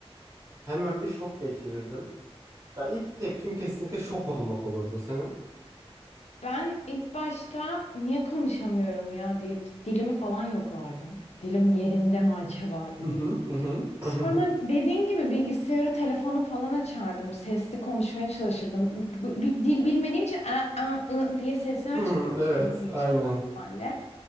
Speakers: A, on the right; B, on the left.
A: Hemen bir şok geçirirdim. Ya ilk tepkim kesinlikle şok olmak olurdu senin.
B: Ben ilk başta niye konuşamıyorum ya diye dilimi falan yoklardım. Dilim yerinde mi acaba diye.
A: Hı hı hı hı <laughs>
B: Sonra
A: hı hı. hı.
B: dediğin gibi bilgisayarı, telefonu falan açardım. Sesli konuşmaya çalışırdım. B- Bir dil bilmediğim için "a, a, ı" diye sesler
A: Hı hı,
B: çıkartırdım
A: Evet,
B: yüksek
A: aynen.
B: ihtimalle.